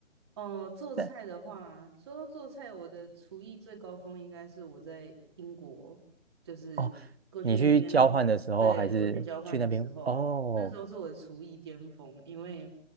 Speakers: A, on the right; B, on the right.
A: 哦，做菜的话，
B: 但
A: 说到做菜，我的厨艺最高峰应该是我在英国，就是过去那嗯边，
B: 哦，你去交换的时候还是去那边哦？
A: 对，我去交换的时候，那时候是我的厨艺巅峰，因为